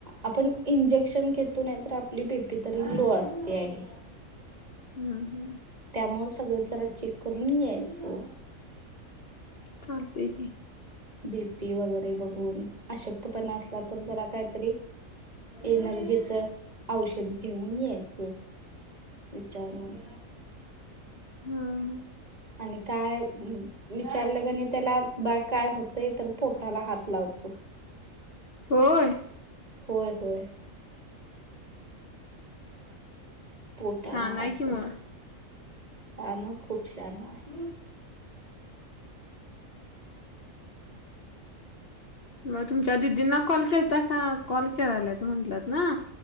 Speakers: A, on the right (about 30°); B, on the left (about 50°).
A: आपण इंजेक्शन घेतो नाय तर आपली बेपी तरी लो असते आहे.
B: हम्म हम्म.
A: त्यामुळ सगळं जरा चेक करून यायचं.
B: चालतय की
A: बीपी वगैरे बघून अशक्तपणा असला तर जरा कायतरी एनर्जीच औषध घेऊन यायचं. विचारून.
B: हा हा.
A: आणि काय विचारलं कणय त्याला बाळ काय होतंय तर पोटाला हात लावतो.
B: होय.
A: होय होय. पोटाला
B: छान
A: हात
B: आहे की मग
A: लावतो शान खूप शान आहे.
B: म तुमच्या दिदींना कॉल केलता का कॉल करायलात म्हंटलात ना.